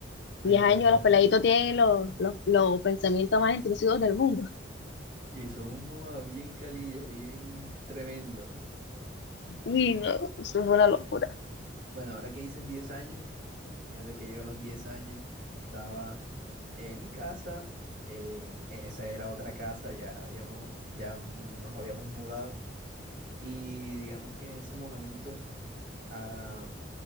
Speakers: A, on the right; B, on the left.
A: Ah,
B: 10
A: ya estás
B: años,
A: grande.
B: los peladitos tienen los, los, los pensamientos más intrusivos del mundo.
A: Y son joda, bien calillas, bien tremendos.
B: Uy, no, eso fue una locura.
A: Bueno, ahora que dices 10 años, fíjate que yo a los 10 años estaba eh, en mi casa. eh, esa era otra casa, ya habíamos, ya nos habíamos mudado. Y digamos que en ese momento. ah,